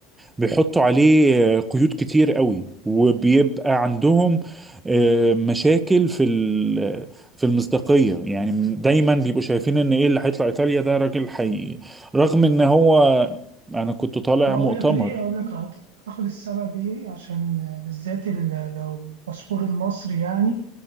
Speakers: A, on the right (about 15°); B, on the right (about 75°).
A: بيحطوا عليه آه، قيود كتير قوي وبيبقى عندهم آه، مشاكل في ال- في المصداقية يعني دايما بيبقوا شايفين ان ايه اللي هيطلع ايطاليا ده راجل حقيقي رغم ان هو انا كنت طالع
B: اقول
A: مؤتمر
B: لك ليه اقول لك أعت- اعتقد السبب ايه عشان بالذات ال- لو الباسبور المصري يعني